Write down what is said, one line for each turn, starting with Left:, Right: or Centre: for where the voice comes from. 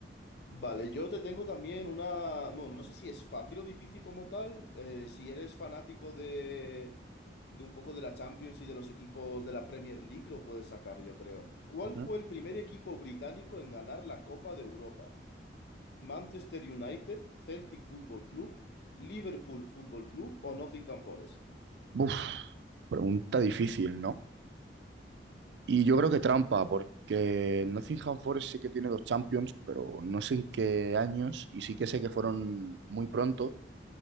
Left: Vale, yo te tengo también una... Bueno, no sé si es fácil o difícil como tal. eh, si eres fanático de, de un poco de la Champions y de los equipos de la Premier League, lo puedes sacar, yo creo. ¿Cuál
Right: Ujú.
Left: fue el primer equipo británico en ganar la Copa de Europa? ¿Manchester United, Celtic Football Club, Liverpool Football Club o Nottingham Forest?
Right: Uf, pregunta difícil, ¿no? Y yo creo que trampa, porque el Nottingham Forest sí que tiene dos Champions, pero no sé en qué años, y sí que sé que fueron muy pronto.